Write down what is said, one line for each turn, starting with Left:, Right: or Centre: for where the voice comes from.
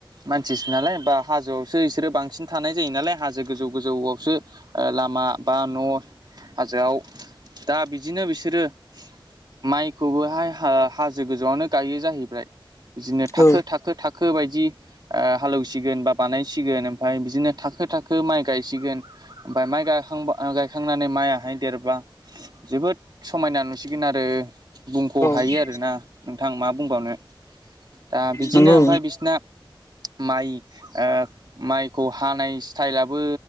Right: मानसिसो नालाय बा हाजोआवसो बिसोरो बांसिन थानाय जायो नालाय हाजो गोजौ गोजौ आवसो अ लामा बा न' हाजोआव दा बिदिनो बिसोरो माइखौबोहाय हा-हाजो गोजौआवनो गायो जाहैबाय बिदिनो
Left: औ
Right: थाखो-थाखो-थाखो बायदि ओ हालेवसिगोन बा बानायसिगोन ओमफाय बिदिनो थाखो थाखो माइ गायसिगोन ओमफाय माइ गायखांबा गायखांनानै माइयाहाय देरबा जोबोद समायना नुसिगोन आरो बुंख' हायो
Left: औ
Right: आरोना नोंथां मा बुंबावनो दा बिदिनो
Left: नंगौ
Right: ओमफाय बिसिना माइ ओ माइखौ हानाय स्टाइलाबो